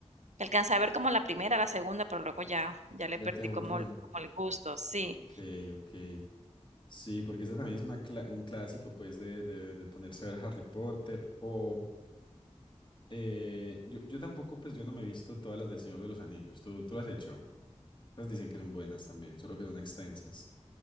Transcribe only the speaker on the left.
Ya
te aburrió.
ok, ok. Sí, porque ese también es una cla- un clásico pues de, de, de ponerse a ver Harry Potter o eh, yo, yo tampoco pues yo no me he visto todas las del Señor de los Anillos. ¿Tú, tú las has hecho? Las dicen que son buenas también, solo que son extensas.